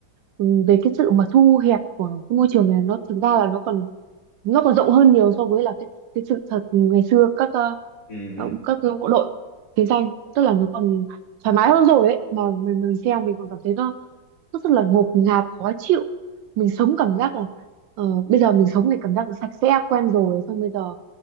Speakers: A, on the right; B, on the left.
A: ừ, về cái sự mà thu hẹp của cái môi trường này nó thực ra là nó còn nó còn rộng hơn nhiều so với là cái cái sự thật ngày xưa các ờ,
B: ừ
A: ờ, các bộ đội chiến tranh tức là
B: ừ ừ,
A: nó còn thoải mái hơn rồi ấy mà mình mình xem mình còn cảm thấy nó nó rất là ngột ngạt khó chịu mình sống cảm giác là ờ, bây giờ mình sống thì cảm giác là sạch sẽ quen rồi xong bây giờ